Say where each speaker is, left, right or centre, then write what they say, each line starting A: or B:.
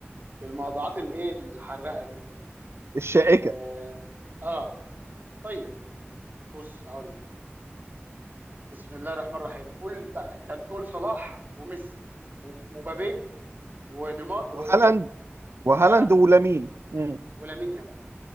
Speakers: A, on the right; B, on the right.
A: في الموضوعات الايه الحراقه دي
B: الشائكه
A: اه, آه. طيب بص هقول لك بسم الله الرحمن الرحيم قول بقى انت بتقول صلاح وميسي وب- ومبابي ونيمار ومين
B: وهالاند وهالاند
A: وهالاند
B: ولامين مم.
A: ولامين يامال